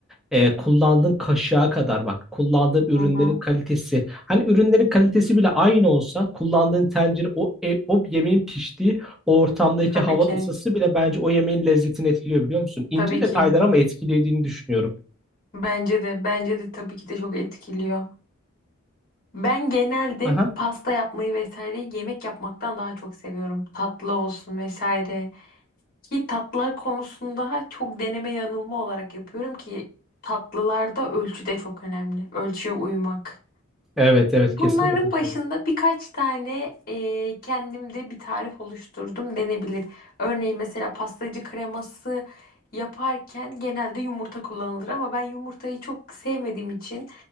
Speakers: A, in the centre; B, on the left.
A: e, kullandığın kaşığa kadar bak. Kullandığın ürünlerin
B: Hı hı.
A: kalitesi. Hani ürünlerin kalitesi bile aynı olsa kullandığın tencere o, e, o yemeğin piştiği o ortamdaki
B: Tabii
A: hava
B: ki.
A: ısısı bile bence o yemeğin lezzetini etkiliyor biliyor musun? İnce
B: Tabii
A: detaylar
B: ki.
A: ama etkilediğini düşünüyorum.
B: Bence de bence de tabii ki de çok etkiliyor. Ben genelde
A: Aha.
B: pasta yapmayı vesaire yemek yapmaktan daha çok seviyorum. Tatlı olsun vesaire. Ki tatlılar konusunda çok deneme yanılma olarak yapıyorum ki tatlılarda ölçü de çok önemli. Ölçüye uymak.
A: Evet evet
B: Bunların
A: kesinlikle katılıyorum.
B: başında birkaç tane e, kendimde bir tarif oluşturdum denebilir. Örneğin mesela pastacı kreması yaparken genelde yumurta kullanılır ama ben yumurtayı çok sevmediğim için